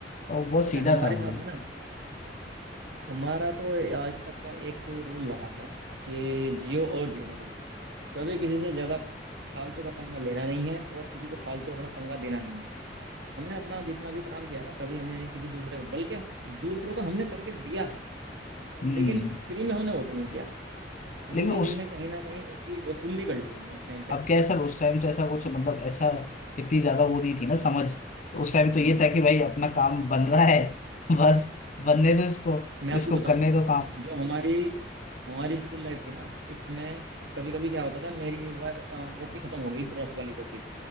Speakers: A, on the left; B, on the right.
A: और बहुत
B: अच्छा
A: सीधा
B: हमारे
A: था वो
B: साथ
A: भी
B: में ना हमारा तो आज तक का एक रूल रहा है कि जियो और जीने दो कभी किसी से ज्यादा फालतू का पंगा लेना नहीं है और किसी को फालतू अपना पंगा देना नहीं है हमने अपना जितना भी काम किया है ना कभी हमने किसी दूसरे का बल्कि दूसरों का हमने करके दिया है
A: हम्म
B: लेकिन फ्री में हमने वो भी नहीं किया वो
A: लेकिन
B: भी
A: उस
B: हमने कहीं ना कहीं उसकी वसूली कर ली हमने उस टाइम
A: अब क्या है सर उस टाइम तो ऐसा कुछ मतलब ऐसा इतनी ज्यादा वो नहीं थी ना समझ उस टाइम
B: पे
A: तो ये था कि भाई अपना काम बन रहा है <laughs> बस बनने दो इसको
B: मैं आपको
A: इसको
B: बताऊं
A: करने दो काम
B: जो हमारी हमारी स्कूल लाइफ थी ना उसमें कभी कभी क्या होता था मेरी एक बार अ, कॉपी खत्म हो गई रफ वाली कॉपी